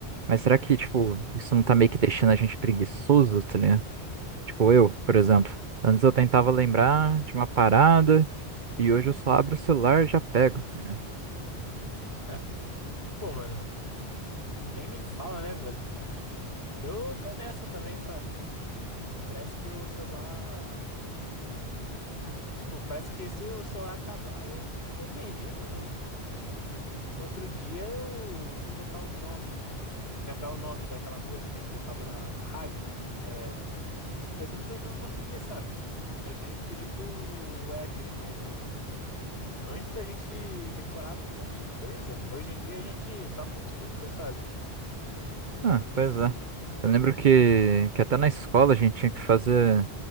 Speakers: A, on the right (about 50°); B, on the left (about 70°).
A: Mas será que, tipo, isso não tá meio que deixando a gente preguiçoso, tá ligado? Tipo, eu, por exemplo, antes eu tentava lembrar de uma parada e hoje eu só abro o celular e já pego, tá ligado?
B: É. Pô, mano, nem me fala, né, velho? Eu tô nessa também, sabe? Parece que o celular. a- Tipo, parece que se o celular acabar, eu fico meio perdido, mano. Outro dia eu fui tentar o nome, lembrar o nome daquela música que tocava na, na rádio. É, eu simplesmente não consegui, sabe? Eu tive que pedir pro app reconhecer. Antes a gente decorava um monte de coisa. Hoje em dia a gente só consulta, sabe?
A: Ah, pois é. Eu lembro que, que até na escola a gente tinha que fazer,